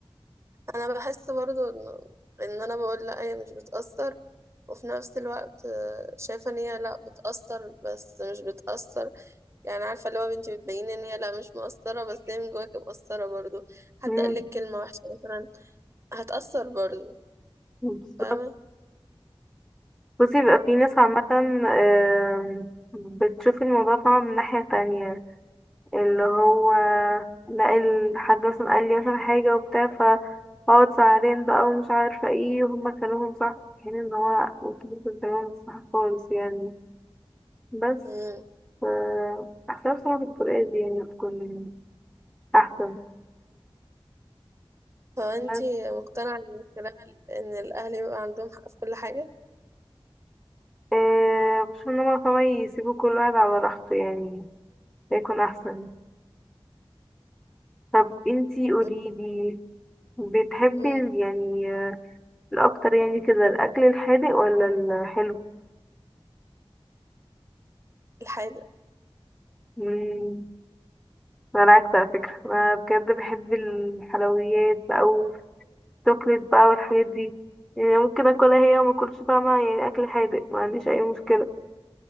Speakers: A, on the right; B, in the centre.
A: أنا بحس برضو إن إن أنا بقول لأ هي مش بتأثر وفي نفس الوقت آه، شايفة إن هي لأ بتأثر بس مش بتأثر يعني عارفه اللي هو بنتي بتبين ان هي لا مش مقصره بس هي من جواك مقصره برضو حد
B: مم،
A: قال لك كلمه وحشه مثلا هتأثر برضو
B: بالظبط
A: فاهمه
B: بصي بقى في ناس عامة آم، بتشوف الموضوع فاهمة من ناحية تانية اللي هو لا الحاج مثلا قال لي مثلا حاجة وبتاع فاقعد زعلان بقى ومش عارفة ايه وهما كلامهم صح في حين ان هو ممكن كلامهم مش صح خالص يعني بس
A: امم
B: ف أحسن بصراحة بالطريقة دي يعني تكون أحسن
A: فانتي
B: بس
A: مقتنعه ان الكلام ال- ان الاهل يبقى عندهم حق في كل حاجه
B: أه بشوف ان هما فما يسيبوا كل واحد على راحته يعني ده يكون أحسن طب انتي قوليلي
A: مم.
B: بتحبي
A: مم.
B: ال- يعني آه، الأكتر يعني كده الأكل الحادق ولا الحلو؟
A: الحاجه
B: مم. انا العكس على فكرة انا بجد بحب الحلويات بقى والشوكليت بقى والحاجات دي يعني ممكن اكلها هي وما اكلش فاهمة يعني اكل حادق ما عنديش اي مشكلة